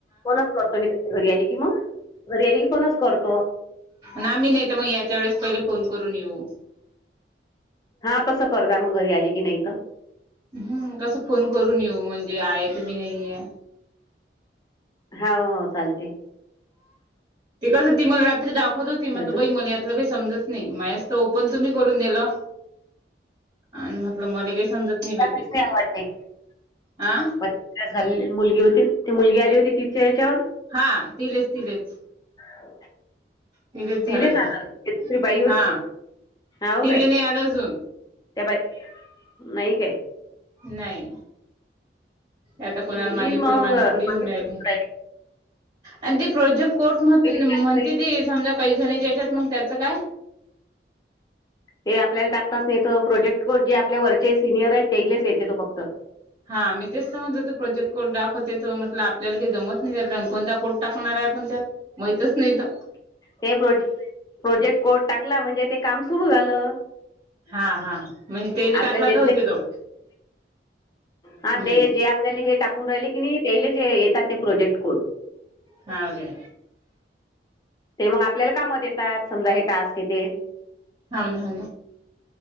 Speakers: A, on the left; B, on the right.
A: फोनच करतो मी त्या घरी आली की मग घरी आली की फ़ोनच करतो
B: ना मी नाही तर मग याच्या वेळेस पहिले फोन करून येऊ
A: हा तसं कर् जा मग घरी आली की नाही तर
B: हम्म कस फोन करून येऊ म्हणजे आहे तुमी नाही आहे
A: हो हो चालते
B: ते कस ती मला रात्री दाखवत होती म्हटल
A: अजून
B: बई मले मले काही समजत नाही माझसत ओपन तुम्ही करून दिलं आणि म्हटलं मले काही समजत नाही बाई
A: आ वाटते
B: ते
A: पहले
B: आ
A: तिला झालेली मुलगी होती ती मुलगी आली होती तिच्या ह्याच्यावर
B: हा तिलेच तिलेच
A: हो
B: तिलेच झालं
A: लिले जाणार
B: ते
A: तरी बाई होत
B: हा
A: हा हाव
B: तिले
A: काय
B: नाही आलं अजून
A: त्या बाय नाही काय
B: नाही आता कोणाला
A: नाही
B: मांगेपुढे
A: येईन मग
B: मांगेपुुढे येऊन
A: मागे
B: राहिले
A: पडून राहील.
B: आणि ती प्रोजेक्ट कोठ म्ह
A: पहिले
B: म्हणती
A: टाकत नाही.
B: ती समजा काही जण याच्यात मग त्याचं काय
A: ते आपल्याला टाकतच नाहीथ प्रोजेक्ट जे आपल्या वरचे सिनियर आहेत तेलेच येते तो फक्त
B: हा मी तेचत म्हणज तो प्रोजेक्ट कोड दाखवते तो म्हट आपल्याला काही जमत नाही जात आणि कोणता को टाकणार आहे पण त्या माहितच नाही तर
A: ते प्रोजे प्रोजेक्ट कोट टाकला म्हणजे ते काम सुरू झालं
B: हा हा म्हणजे तेने
A: आपल्याला
B: टाकला
A: देत
B: तर
A: नाही
B: होते जो
A: हा
B: नाही
A: ते जे आपल्याला हे टाकून राहिले की नाही त्यायले जे येतात ते प्रोजेक्ट कोण
B: हे
A: ते मग आपल्याला कामात येतात समजा हे टास्क येते
B: होा ना ह